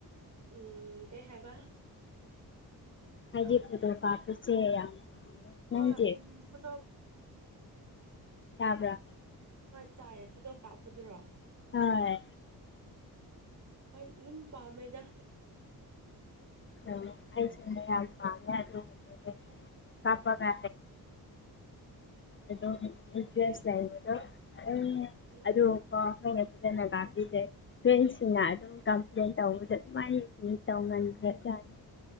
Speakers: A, on the right; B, on the left.
A: ꯎꯝ ꯀꯩ ꯍꯥꯏꯕ
B: ꯍꯥꯏꯗꯤ ꯀꯥꯞꯄꯁꯦ ꯌꯥꯝ ꯄꯥꯝꯃꯦ
A: ꯍꯣꯏ
B: ꯅꯪꯗꯤ
A: ꯐꯣꯇꯣ
B: ꯇꯥꯕ꯭ꯔꯥ
A: ꯍꯣꯏ ꯇꯥꯏꯌꯦ ꯐꯣꯇꯣ ꯀꯥꯞꯄꯗꯨꯔꯣ
B: ꯑꯥꯏ
A: ꯍꯣꯏ ꯑꯗꯨꯝ ꯄꯥꯝꯃꯦꯗ
B: ꯑꯣ ꯑꯩꯁꯦ ꯃꯌꯥꯝ ꯄꯥꯝꯃꯦ ꯑꯗꯨꯒꯨꯝꯕꯗꯤ ꯀꯥꯞꯄꯒ ꯑꯗꯨꯝ ꯏꯟꯇꯔꯦꯁ ꯂꯩ ꯑꯗꯣ
A: ꯎꯝ
B: ꯑꯗꯨ ꯀ ꯑꯩꯈꯣꯏꯅ ꯐꯖꯅꯒꯥꯄꯤꯗꯦ ꯐ꯭ꯔꯦꯟꯁꯤꯅ ꯑꯗꯨꯝ ꯀꯝ ꯄ꯭ꯂꯦꯟ ꯇꯧꯕꯗ ꯃꯥꯏ ꯃꯤ ꯇꯧꯃꯟꯈ꯭ꯔꯦ ꯀꯥꯏꯅ